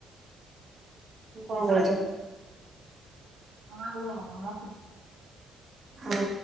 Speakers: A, on the right; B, on the right.
A: କଣ କହୁଛୁ?
B: ହଁ ରୁହ। <inaudible>
A: ହଉ।